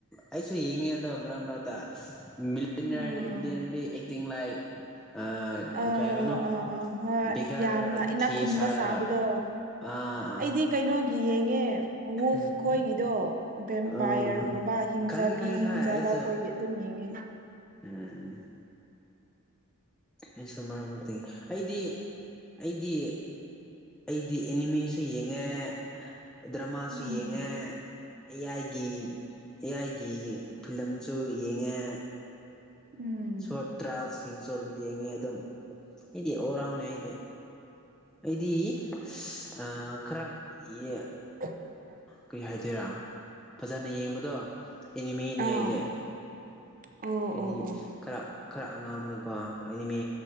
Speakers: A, in the centre; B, on the right.
A: ꯑꯩꯁꯨ ꯌꯦꯡꯉꯤ ꯑꯗꯣ ꯃꯔꯛ ꯃꯔꯛꯇ ꯃꯤꯂꯤꯅꯔ
B: ꯎꯝ
A: <unintelligible> ꯑꯦꯛꯇꯤꯡ ꯂꯥꯏꯛ <unintelligible>
B: ꯑ
A: ꯀꯩ ꯀꯩꯅꯣ
B: ꯑꯣ ꯑꯣ ꯍꯣꯏ
A: ꯕꯤꯒꯔ
B: ꯌꯥꯝꯅ ꯏꯅꯥꯛ
A: ꯈꯤ
B: ꯈꯨꯟꯕ
A: ꯁꯥꯔꯒ
B: ꯁꯥꯕꯗꯣ
A: ꯑꯥ ꯑꯥ
B: ꯑꯩꯗꯤ ꯀꯩꯅꯣꯒꯤ ꯌꯦꯡꯉꯦ ꯋꯨꯐ
A: ꯎꯝ
B: ꯈꯣꯏꯒꯤꯗꯣ ꯕꯦꯝꯄꯥꯌꯔꯒꯨꯝꯕ
A: ꯑꯣ
B: ꯍꯤꯡ
A: ꯈꯪꯉꯤ
B: ꯆꯥꯕꯤ
A: ꯈꯪꯉꯤ
B: ꯍꯤꯡ
A: ꯍꯣꯏ
B: ꯆꯥꯕ
A: ꯑꯩꯁꯨ
B: ꯀꯣꯏꯒꯤ ꯑꯗꯨꯝ ꯌꯦꯡꯉꯦ
A: ꯎꯝ ꯑꯩꯁꯨ ꯃꯔꯛ ꯃꯔꯛꯇꯒꯤ ꯑꯩꯗꯤ ꯑꯩꯗꯤ ꯑꯩꯗꯤ ꯑꯦꯅꯤꯃꯦꯁꯨ ꯌꯦꯡꯉꯦ, ꯗ꯭ꯔꯃꯥꯁꯨ
B: ꯎꯝ
A: ꯌꯦꯡꯉꯦ꯫ ꯑꯦꯌꯥꯏꯒꯤ ꯑꯦꯌꯥꯏꯒꯤ ꯐꯤꯂꯝꯁꯨ ꯌꯦꯡꯉꯦ
B: ꯎꯝ
A: ꯁꯣꯔꯠ ꯇ꯭ꯔꯥꯏꯌꯦꯜꯁꯤꯡꯁꯨ ꯌꯦꯡꯉꯦ ꯑꯗꯨꯝ ꯑꯩꯗꯤ ꯑꯣꯔꯥꯎꯅꯦ ꯑꯩꯗꯤ ꯑꯩꯗꯤ <unintelligible> ꯑ ꯈꯔ ꯌꯦ
B: <unintelligible>
A: ꯀꯩ ꯍꯥꯏꯗꯣꯏꯔꯥ ꯐꯖꯅ ꯌꯦꯡꯕꯗꯣ ꯑꯦꯅꯤꯃꯦꯅꯤ
B: ꯑꯥ
A: ꯑꯩꯗꯤ꯫
B: ꯑꯣ
A: ꯑꯩꯗꯤ
B: ꯑꯣ ꯑꯣ
A: ꯈꯔꯥ ꯈꯔꯥ ꯑꯉꯥꯡꯕꯗꯨꯀꯣ ꯑꯦꯅꯤꯃꯦ